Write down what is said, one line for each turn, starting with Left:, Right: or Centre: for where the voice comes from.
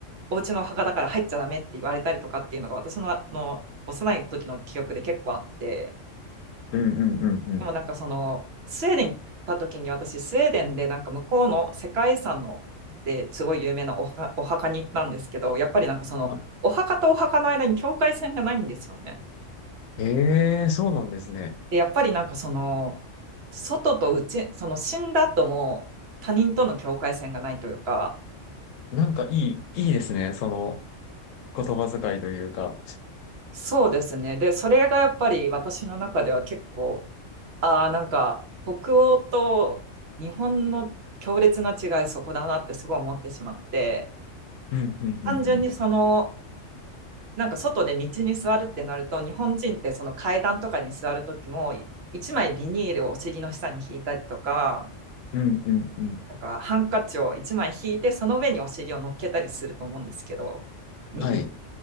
Right: お家のお墓だから入っちゃダメって言われたりとかっていうのが私の、あの幼い時の記憶で結構あって、
Left: うん、うん、うん、うん。
Right: でもなんかその、スウェーデン行った時に私、スウェーデンでなんか向こうの世界遺産のですごい有名なお墓お墓に行ったんですけど、やっぱりなんかその、
Left: あ
Right: お墓とお墓の間に境界線がないんですよね。
Left: ええ、そうなんですね。
Right: で、やっぱりなんかその、外と内、その死んだ後も他人との境界線がないというか、
Left: なんかいい、いいですね。その言葉遣いというか。
Right: そうですね。で、それがやっぱり私の中では結構、ああ、なんか北欧と日本の強烈な違いそこだなってすごい思ってしまって、
Left: うん、うん、うん、
Right: 単純にその、
Left: うん。
Right: なんか外で道に座るってなると、日本人ってその階段とかに座るときも、い一枚ビニールをお尻の下に引いたりとか、
Left: うん、うん、うん。
Right: なんかハンカチを一枚引いて、その上にお尻を乗っけたりすると思うんですけど、みん
Left: はい。